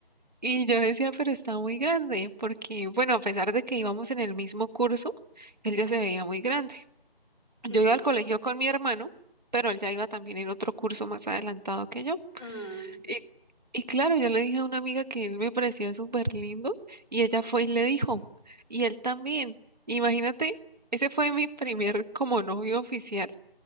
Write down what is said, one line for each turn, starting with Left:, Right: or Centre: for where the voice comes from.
Right: Y yo decía, pero está muy grande, porque, bueno, a pesar de que íbamos en el mismo curso, él ya se veía muy grande.
Left: sí,
Right: Yo
Left: sí.
Right: iba al colegio con mi hermano, pero él ya iba también en otro curso más adelantado que yo.
Left: Mm.
Right: Y, y claro, yo le dije a una amiga que él me parecía súper lindo y ella fue y le dijo, y él también. Imagínate, ese fue mi primer como novio oficial